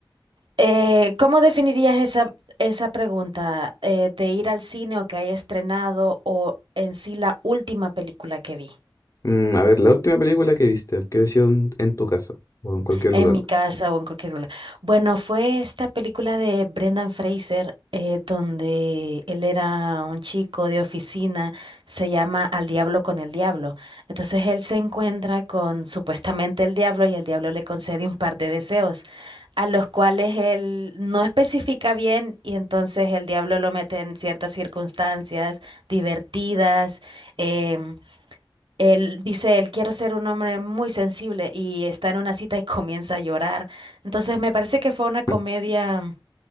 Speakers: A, on the right; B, on the left.
A: eh, ¿cómo definirías esa, esa pregunta eh, de ir al cine o que haya estrenado o en sí la última película que vi?
B: Mm, a ver, la última película que viste, que ha sido en, en tu casa o en cualquier
A: en
B: lugar.
A: mi casa o en cualquier lugar. Bueno, fue esta película de Brendan Fraser, eh, donde él era un chico de oficina, se llama Al diablo con el diablo. Entonces él se encuentra con supuestamente el diablo y el diablo le concede un par de deseos, a los cuales él no especifica bien y entonces el diablo lo mete en ciertas circunstancias divertidas. em, él dice, él quiero ser un hombre muy sensible y está en una cita y <laughs> comienza a llorar. Entonces me parece que fue una comedia,
B: <laughs>